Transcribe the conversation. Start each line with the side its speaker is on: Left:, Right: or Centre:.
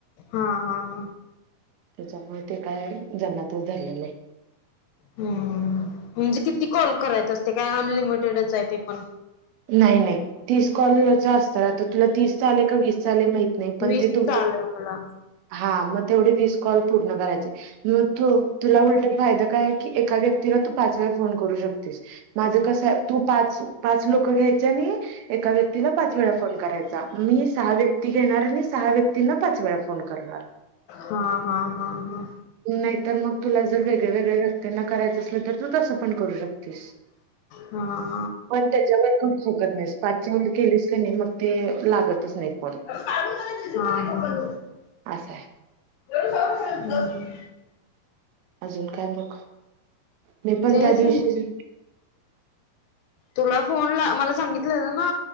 Left: हा हा हा
Right: त्याच्यामुळे ते काय जमतच धरले नाही
Left: हम् म्हणजे किती कॉल करायच असते काय अनलिमिटेडच आहे ते पण
Right: नाही नाही तीस कॉलच असत आता तुला तीस चा आलेय का वीस मा नाही पण
Left: वीस
Right: ते तुम
Left: चाललंय मला
Right: हा मग तेवढे विस कॉल पूर्ण करायचे मग तू तुला उल फायदा काय की एका व्यक्तीला तू पाच वेळा फोन करू शकत माझं कस तू पाच पाच लोक घ्यायच्या आणि एका व्यक्तीला पाच वेळा फोन करायचा मी सहा व्यक्ती घेणार आणि सहा व्यक्तींना पाच वेळा फ फोन करणार
Left: हा हा हा हा
Right: नाहीर मग तुला जर वेग्या वेगळ्या व्यक्तींना करायचं असल तर तू तसं पण करू शकतेस
Left: हम्
Right: पण त्याच्यावर खू शकत नाहीस पाचच्या व केलीस का नाही मग ते लागतच नाही फोन
Left: हा ह
Right: अस अस
Left: ए
Right: अजून काय मग मी पण
Left: तेच
Right: त्या दिवशी
Left: ना. तुला फोन ला मला सांगितलं ना